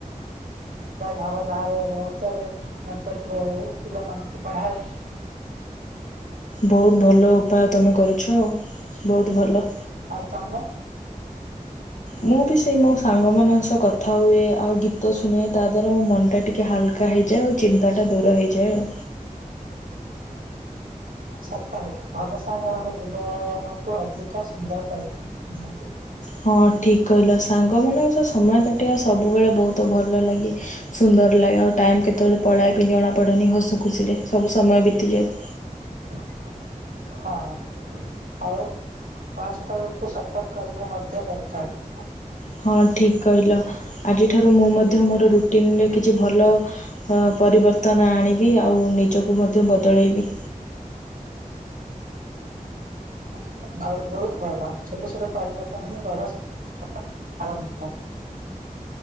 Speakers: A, on the right; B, on the left.
A: ଘର ବାହାରେ ଚାଲେ ନାଚେ ପିଲମାନଙ୍କୁ ପଢ଼ାଏ।
B: ବହୁତ ଭଲ ଉପାୟ ତୁମେ କରୁଛ ଆଉ ବହୁତ ଭଲ।
A: ଆଉ ତମେ?
B: ମୁଁ ବି ସେଇ ମୋ ସାଙ୍ଗମାନଙ୍କ ସହ କଥା ହୁଏ ଆଉ ଗୀତ ଶୁଣେ ତା ଦ୍ଵାରା ମୋ ମନ ଟା ଟିକେ ଟିକେ ହାଲକା ହେଇଯାଏ ଆଉ ଚିନ୍ତା ଟା ଦୂର ହେଇଯାଏ ଆଉ।
A: ସତ ଭଲ ସାଙ୍ଗ ମାନେ ଜୀବନକୁ ଅଧିକ ସୁନ୍ଦର କରିଦିଅନ୍ତି।
B: ହଁ ଠିକ କହିଲ ସାଙ୍ଗ ମାନଙ୍କ ସହ ସମୟ କାଟିବା ସବୁବେଳେ ବହୁତ ଭଲ ଲାଗେ। ସୁନ୍ଦର ଲାଗେ ଆଉ ଟାଇମ୍ କେତେବେଳେ ପଳାଇବା ବି ଜଣାପଡ଼େନି ହସ ଖୁସିରେ ସବୁ ସମୟ ବିତିଯାଏ।
A: <unintelligible> <unintelligible>
B: ହଁ ଠିକ୍ କହିଲ ଆଜିଠାରୁ ମୁଁ ମଧ୍ୟ ମୋର ରୁଟିନରେ କିଛି ଭଲ ପରିବର୍ତ୍ତନ ଆଣିବି ଆଉ ନିଜକୁ ମଧ୍ୟ ବଦଳେଇବି।
A: <unintelligible>